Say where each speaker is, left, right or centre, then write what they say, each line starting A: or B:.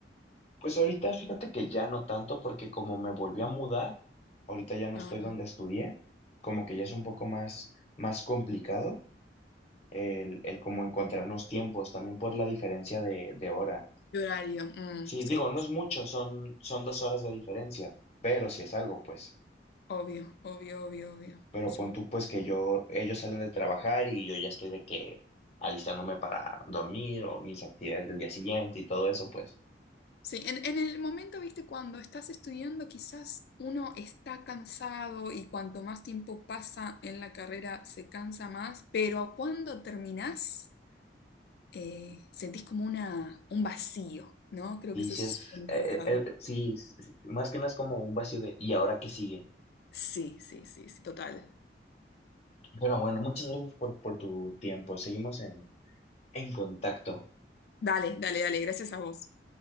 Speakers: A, on the left (about 35°); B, on the left (about 60°).
A: Pues ahorita fíjate que ya no tanto, porque como me volví a mudar, ahorita ya no
B: Ah,
A: estoy donde estudié, como que ya es un poco más, más complicado. el, el cómo encontrarnos tiempos, también por la diferencia de, de hora.
B: de horario, mm,
A: Sí,
B: sí.
A: digo, no
B: sí.
A: es mucho, son, son dos horas de diferencia, pero si es algo, pues.
B: Obvio, obvio, obvio, obvio.
A: Pero
B: Sí.
A: pon tú, pues, que yo, ellos salen de trabajar y yo ya estoy de que alistándome para dormir o mis actividades del día siguiente y todo eso, pues.
B: Sí, en, en el momento, viste, cuando estás estudiando, quizás uno está cansado y cuanto más tiempo pasa en la carrera se cansa más, pero cuando terminás, eh, sentís como una, un vacío, ¿no? Creo
A: Y
B: que eso
A: si
B: es
A: es,
B: universal.
A: eh, eh, eh, sí, s- s- más que nada es como un vacío de, ¿y ahora qué sigue?
B: Sí, sí, sí, sí, total.
A: Pero bueno, muchas gracias por, por tu tiempo. Seguimos en, en contacto.
B: Dale, dale, dale, gracias a vos.